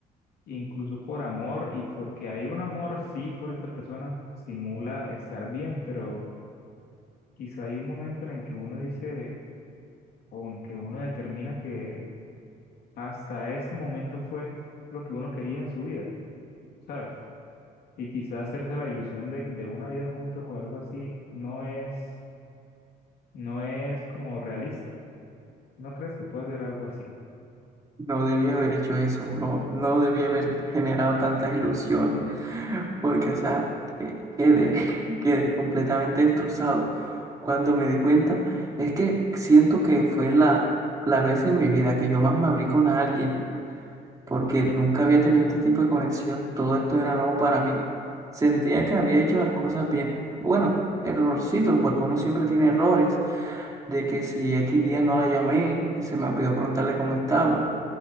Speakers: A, on the left; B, on the right.
A: incluso por amor y porque hay un amor, sí, por esa persona, simula estar bien, pero quizá hay un momento en el que uno dice o en que uno determina que hasta ese momento fue lo que uno quería en su vida, ¿sabes? Y quizá hacerse la ilusión de, de una vida juntos o algo así no es, no es como realista. ¿No crees que pueda ser algo así?
B: No debía haber hecho eso, bro. No debía haber generado tantas ilusiones, porque, o sea, que- quedé, <laughs> quedé completamente destrozado. Cuando me di cuenta, es que siento que fue la, la vez en mi vida que yo más me abrí con alguien, porque nunca había tenido este tipo de conexión. Todo esto era nuevo para mí. Sentía que había hecho las cosas bien. Bueno, errorcito, porque uno siempre tiene errores, de que si X días no la llamé, que se me olvidó preguntarle cómo estaba